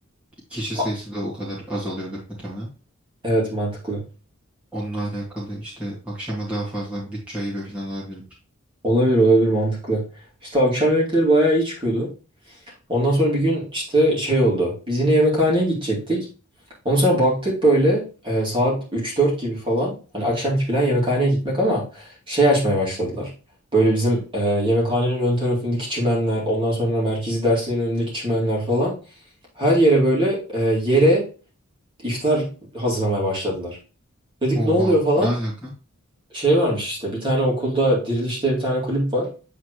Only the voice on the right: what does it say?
A-
evet mantıklı.
Olabilir olabilir mantıklı. İşte akşam yemekleri bayağı iyi çıkıyordu. Ondan sonra bir gün işte şey oldu. Biz yine yemekhaneye gidecektik. Ondan sonra baktık böyle e, saat üç dört gibi falan. Hani akşamki plan yemekhaneye gitmek ama şey açmaya başladılar. Böyle bizim e, yemekhanenin ön tarafındaki çimenler, ondan sonra merkezi dersliğin önündeki çimenler falan. Her yere böyle e, yere iftar hazırlamaya başladılar. Dedik
ne oluyor falan.
Şey varmış işte bir tane okulda Diriliş diye bir tane kulüp var.